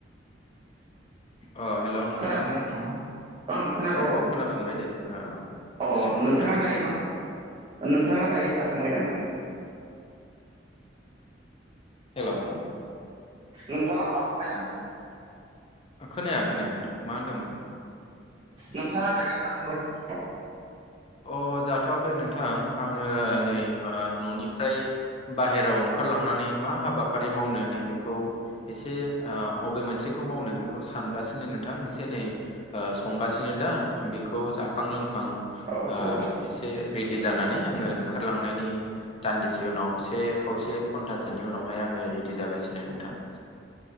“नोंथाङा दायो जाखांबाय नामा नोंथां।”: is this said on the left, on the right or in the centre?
Right